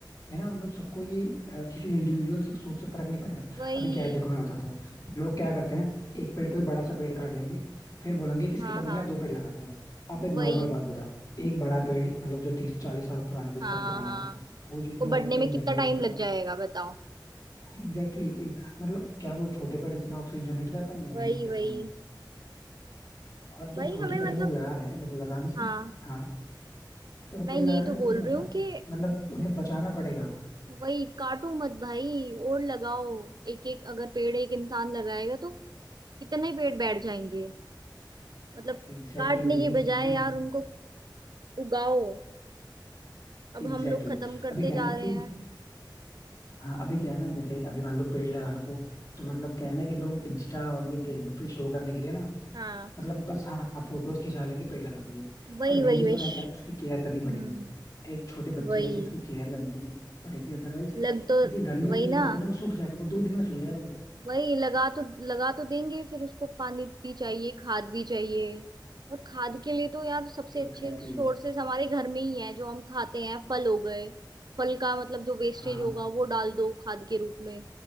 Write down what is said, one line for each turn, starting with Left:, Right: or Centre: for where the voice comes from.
Left: ये ना मतलब सबको ये अ, किसी इंडिविजुअल सोच से फर्क नहीं पड़ेगा
Right: वही
Left: अभी क्या है देखो मैं बताता हूँ लोग
Right: हम्म
Left: क्या करते हैं एक पेड़ कोई बड़ा सा पेड़ काट देंगे फिर बोलेंगे कि इसके
Right: हाँ
Left: बदले
Right: हाँ
Left: में दो पेड़ लगा देता हूँ आप एक
Right: वही
Left: नॉर्मल बात बताओ एक बड़ा पेड़ मतलब जो तीस चालीस साल पुराना बीस
Right: हाँ
Left: साल पुराना
Right: हाँ
Left: हो वो जितनी
Right: उसको बढ़ने
Left: ऑक्सीजन
Right: में कितना
Left: जनरेट
Right: टाइम
Left: कर
Right: लग
Left: रहा है
Right: जाएगा बताओ
Left: एग्जैक्टली exactly, मतलब क्या वो छोटे पेड़ उतना ऑक्सीजन जनरेट कर पाएंगे
Right: वही
Left: नहीं कर
Right: वही
Left: पाएंगे और जो
Right: भाई
Left: छोटे
Right: हमें
Left: पेड़
Right: मतलब
Left: हम लोग लगा रहे हैं देखो लगाने से
Right: हाँ
Left: हाँ देखो
Right: मैं
Left: पेड़
Right: यही
Left: लगाने
Right: तो
Left: से
Right: बोल
Left: कुछ नहीं
Right: रही
Left: होता
Right: हूँ कि
Left: मतलब उन्हें बचाना पड़ेगा
Right: वही काटो मत भाई और लगाओ एक एक अगर पेड़ एक इंसान लगाएगा तो कितने पेड़ बैठ जाएंगे मतलब
Left: एग्जैक्टली
Right: काटने
Left: exactly, यही
Right: के बजाय
Left: चीज है ना
Right: यार उनको उगाओ अब
Left: Exactly
Right: हम लोग खत्म
Left: exactly.
Right: करते
Left: अभी क्या
Right: जा
Left: है ना
Right: रहे
Left: कि
Right: हैं
Left: हाँ अभी क्या है ना जैसे अभी मान लो पेड़ लगाने को तो मतलब क्या है ना कि लोग इंस्टा और ये फेसबुक पे शो करने के लिए ना
Right: हाँ
Left: मतलब बस हाँ फोटोज खिंचा लेंगे पेड़ लगाते हुए
Right: वही
Left: बट मेन
Right: वही
Left: चीज
Right: विश
Left: पता है क्या है? उसकी केयर करनी पड़ेगी
Right: हम्म
Left: एक छोटे बच्चे
Right: वही
Left: जैसे इसकी केयर करनी पड़ेगी अदरवाइज
Right: लग तो
Left: क्योंकि गर्मी
Right: वही
Left: इतनी
Right: ना
Left: ज्यादा है ना वो सूख जाएगा वो दो दिन में सूख जाएगा वो
Right: वही लगा तो लगा तो देंगे फिर उसको पानी भी चाहिए खाद भी चाहिए और खाद के लिए तो यार सबसे
Left: Exactly
Right: अच्छे सोर्सेस
Left: exactly.
Right: हमारे घर में ही है जो हम खाते हैं फल हो गए फल का मतलब जो वेस्टेज
Left: हाँ
Right: होगा वो डाल दो खाद के रूप में